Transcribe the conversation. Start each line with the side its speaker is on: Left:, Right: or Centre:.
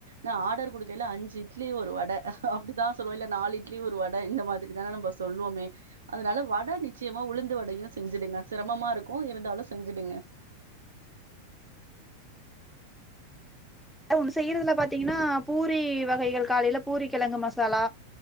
Right: நா ஆர்டர் கொடுக்கயில அஞ்சு இட்லி ஒரு வ ட அப்டிதா சொல்லுவோ இல்ல நாலு இட்லி ஒரு வட இந்த மாதிரி தானே நம்ம சொல்லுவோமே அதனால வட ட நிச்சயமா உளுந்து வடயு செஞ்சுடுங்க சிரமமா இருக்கு இருந்தாலு செஞ்சுடுங்க
Centre: ஒண்ணு செய்ரதுல பாத்தீங்கன்னா பூரி வகைகள் காலைல பூரி கெலங்கு மசாலா